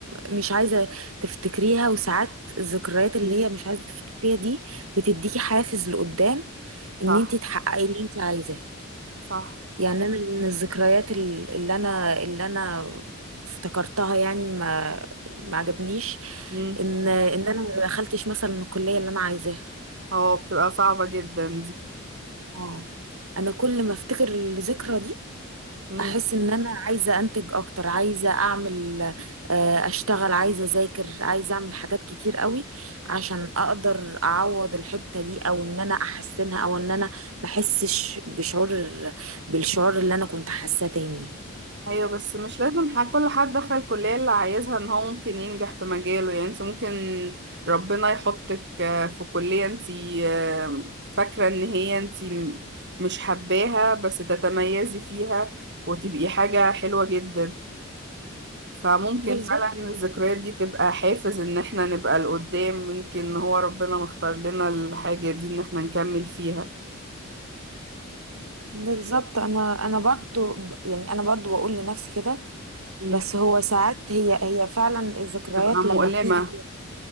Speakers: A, on the right; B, on the right.
A: مش عايزة تفتكريها وساعات الذكريات اللي
B: مم.
A: هي مش عايزة تفتكريها دي بتديكي حافز لقدام
B: صح
A: ان انت تحققي اللي انت عايزاه
B: صح
A: يعني انا من الذكريات ال- اللي انا اللي انا افتكرتها يعني ما ما عجبنيش
B: مم.
A: ان ان انا ما دخلتش مثلا الكليه اللي انا عايزاها
B: اه بتبقى صعبة جدا دي
A: اه انا كل ما افتكر الذكرى دي
B: مم.
A: احس ان انا عايزه انتج اكتر عايزه اعمل آه، اشتغل عايزه اذاكر عايزه اعمل حاجات كتير قوي عشان اقدر اعوض الحته دي او ان انا احسنها او ان انا ما احسش بشعور بالشعور اللي انا كنت حاساه تاني
B: ايوه بس مش لازم ح- كل حد دخل الكلية اللي عايزها ان هو ممكن ينجح في مجاله يعني انت ممكن ربنا يحطك آه، في كلية انت آه، فاكرة ان هي انت م- مش حباها بس تتميزي فيها وتبقي حاجة حلوة جدا فممكن
A: بالظبط
B: فعلا الذكريات دي تبقى حافز ان احنا نبقى لقدام ممكن هو ربنا مختار لنا الحاجة دي ان احنا نكمل فيها
A: بالظبط انا انا برضو يعني انا برضو بقول لنفسي كده
B: مم.
A: بس هو ساعات هي هي فعلا الذكريات
B: تبقى مؤلمة
A: لما بتيجي هي